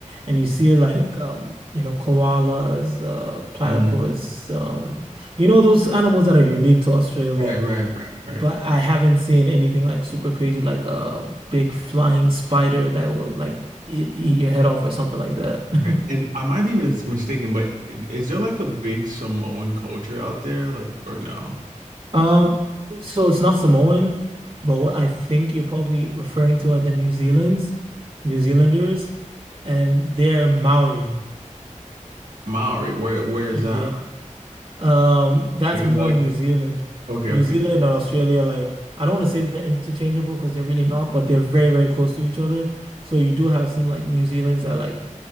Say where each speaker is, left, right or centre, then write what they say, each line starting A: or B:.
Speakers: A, on the right; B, on the right.
A: and you see like um, you know, koalas, uh, platypus,
B: hmm
A: um, you know, those animals that are unique to Australia.
B: Right, right, right, right.
A: But I haven't seen anything like super crazy, like a big flying spider that will like eat, eat your head off or something like that.
B: Right.
A: <laughs>
B: And I might be mis mistaken, but is there like a big Samoan culture out there? Like, or no?
A: Um, so it's not Samoan, but what I think you're probably referring to are the New Zealands, New Zealanders, and they're Maori.
B: Maori, where where is
A: Yeah.
B: that?
A: Um, that's
B: Like, it's
A: more
B: like
A: New Zealand.
B: okay,
A: New
B: okay.
A: Zealand and Australia, like I don't want to say that they're interchangeable because they're really not, but they're very, very close to each other. So you do have some like New Zealanders that like,